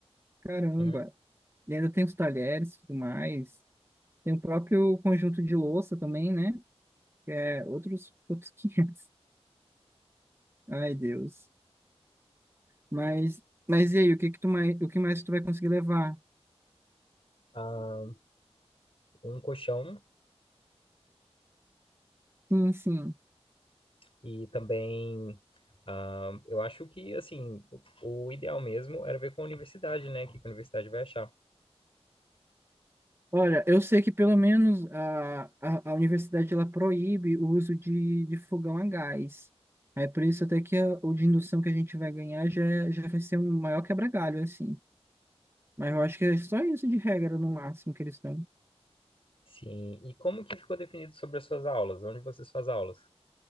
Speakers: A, on the right; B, on the left.
A: caramba.
B: Uhum.
A: E ainda tem os talheres e tudo mais. Tem o próprio conjunto de louça também, né? é, outros, outros <laughs> 500. Ai, Deus. Mas, mas e aí, o que que tu mais, o que mais tu vai conseguir levar?
B: Ah, um colchão
A: Sim, sim.
B: e também, ah, eu acho que, assim, o, o ideal mesmo era ver com a universidade, né? O que que a universidade vai achar.
A: Olha, eu sei que pelo menos a, a, a universidade ela proíbe o uso de, de fogão a gás. Aí por isso até que a- o de indução que a gente vai ganhar já, é, já vai ser um maior quebra-galho, assim. Mas eu acho que é só isso de regra, no máximo, que eles estão.
B: Sim. E como que ficou definido sobre as suas aulas? Onde vocês fazem aulas?